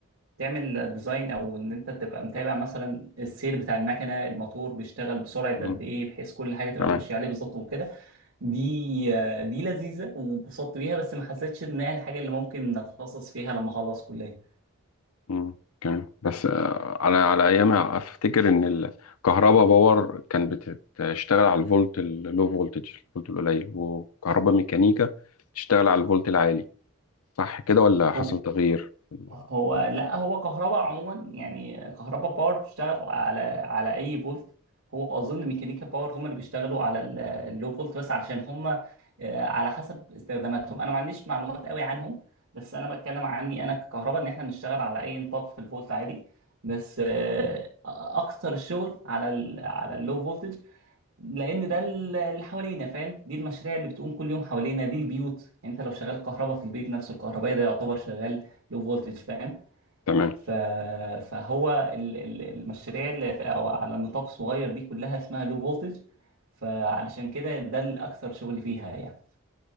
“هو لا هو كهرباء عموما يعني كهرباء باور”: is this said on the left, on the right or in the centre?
Right